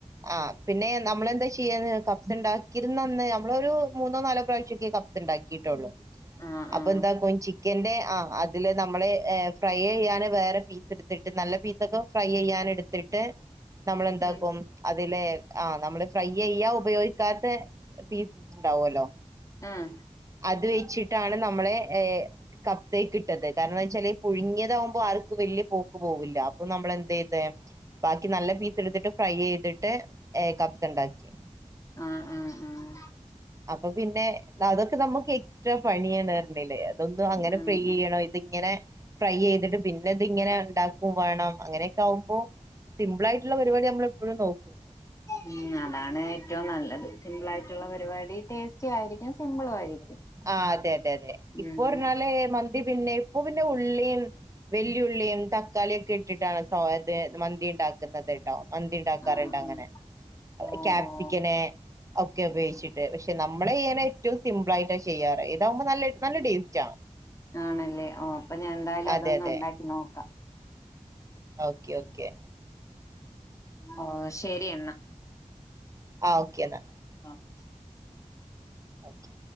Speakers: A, on the right; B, on the left.
A: ആഹ് പിന്നെ നമ്മളെന്താ ചെയ്യന്ന് കപ്പ്‌സ്ണ്ടാക്കിരുന്നന്ന്, നമ്മളൊരു മൂന്നോ നാലോ പ്രാവശ്യൊക്കെ കബ് സണ്ടാക്കിട്ടൊള്ളു.
B: ആഹ്
A: അപ്പൊ
B: ആഹ്
A: എന്തക്കു ചി ക്കൻ്റെ ആഹ് അതില് നമ്മള്ഏഹ് ഫ്രൈയ്യെയ്യാന് വേറെ പീസ് ഇട്ത്തിട്ട് നല്ല പീസൊക്കെ ഫ്രൈയെയ്യാന് ഇട്ത്ത് ട്ട് നമ്മളെന്താ
B: ഉം
A: ക്കും അതിലേ ആഹ് നമ്മള് ഫ്രൈയ്യെയ്യാ ഉപയോഗിക്കാത്തെ പീസ് ണ്ടാവോലോ
B: ആഹ്
A: അത് വെയ്ച്ചിട്ടാണ് നമ്മളെ ഏഹ് കബ്സേക്കിട്ടത്, കാരണന്നാച്ചാല് പുഴുങ്ങിയതാവുമ്പോ ആർക്ക് വല്യ പോക്ക് പോകില്ല, അപ്പൊ നമ്മൾ എന്തെയ്‌ത് ബാക്കി നല്ല പീസ് എടുത്തിട്ട് ഫ്രൈയെയ്തിട്ട് ഏഹ് കപ്സണ്ടാക്കി.
B: ആഹ് ആഹ് ആഹ്
A: അപ്പൊ പിന്നെ, അതൊക്കെ നമ്മുക്ക് എക്സ്ട്രാ പണിയാണ് അർഞ്ഞ്ലേ ദൊന്തോ അങ്ങനെ
B: ആഹ്
A: ഫ്രൈയെയ്യണം ഇതിങ്ങനെ ഫ്രൈയെയ്തിട്ട് പിന്നെ ഇതിങ്ങനെണ്ട ക്കും വേണം, അങ്ങനെയൊക്കെ ആവുമ്പോ സിമ്പിൾ ആയിട്ടുള്ള പരിവാടി നമ്മൾ എപ്പോഴും നോക്കും.
B: ഉം, അതാണ് ഏറ്റവും നല്ലത്. സിംമ്പിളായിട്ടുള്ള പരിപാടി ടേസ്റ്റു ആയിരിക്കും സിമ്പിളും ആയിരിക്കും.
A: ആഹ് അതെ അതെ അതെ. ഇപ്പൊ
B: ഉം
A: അറഞ്ഞാല് മന്തി പിന്നെ ഇപ്പൊ പിന്നെ ഉള്ളീം വെല്ല്യെള്ളിയും തക്കാളിക്കെ ഇട്ടിട്ടാണ് സോത് മന്തിണ്ടാക്കുന്നത്. ട്ടൊ മന്തി ഇണ്ടാക്കാറ്ണ്ടങ്ങനെ.
B: ആഹ് ആഹ് ഓഹ്
A: കാപ്സിക്കന്
B: ഓഹ്
A: ഓക്കെ ഉപയോഗിച്ചിട്ട്, പക്ഷെ നമ്മളെയ്യാന് ഏറ്റവും സിമ്പിൾ ആയിട്ടാ ചെയ്യാറ്. ഇതാവുമ്പോ നല്ല നല്ല ടേസ്റ്റാ
B: ആണല്ലേ ഓ അപ്പൊ ഞാൻ എന്തായാലും
A: അതെ
B: അതൊന്നു
A: അതെ
B: ഉണ്ടാക്കി നോക്കാം.
A: ഓക്കെ ഓക്കെ
B: ഓ, ശരി എന്നാ
A: ആഹ് ഓക്കെ എന്നാ.
B: O <unintelligible>
A: okay